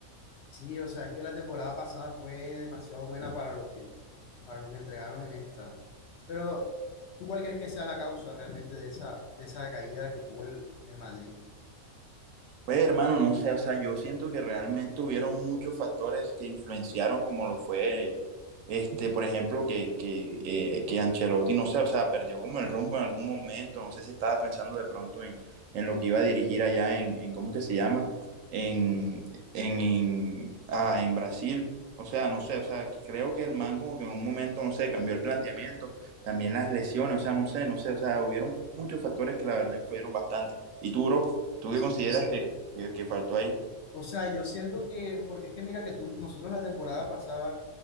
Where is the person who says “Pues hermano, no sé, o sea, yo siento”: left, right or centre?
Right